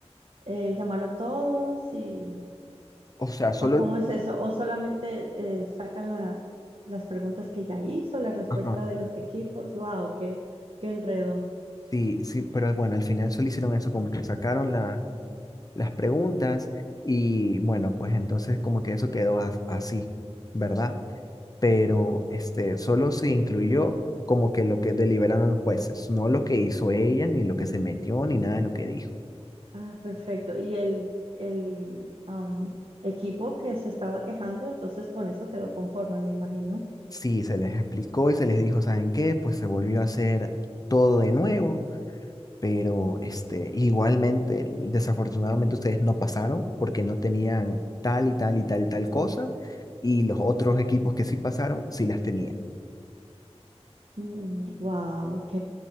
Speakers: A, on the right (about 60°); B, on the left (about 35°).
A: eh, llamar a todos y
B: o sea, solo...
A: ¿O cómo es eso? ¿O solamente eh, sacan la- las preguntas que ya hizo, la respuesta
B: Ajá.
A: de los equipos? ¡Wow! ¡Qué, qué enredo!
B: Sí, sí, pero bueno, al final solo hicieron eso, como que sacaron la, las preguntas y bueno, pues entonces como que eso quedó a- así, ¿verdad? Pero este, solo se incluyó como que lo que deliberaron los jueces, no lo que hizo ella, ni lo que se metió, ni nada de lo que dijo.
A: Ah, perfecto. Y el, el am, equipo que se estaba quejando, entonces con eso quedó conforme, me imagino.
B: Sí, se les explicó y se les dijo, ¿saben qué? Pues se volvió a hacer todo de nuevo pero este, igualmente, desafortunadamente ustedes no pasaron porque no tenían tal y tal y tal tal cosa y los otros equipos que sí pasaron sí las tenían.
A: Mm, ¡Wow! Ok.